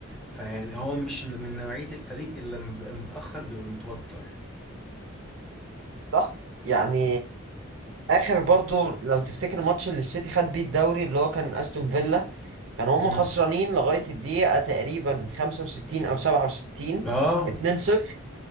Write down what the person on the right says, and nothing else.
صح يعني اخر برضو لو تفتكر الماتش اللي السيتي خد بيه الدوري اللي هو كان استون فيلا كان هم
خسرانين لغايه الدقيقه تقريبا 65 او 67
2-0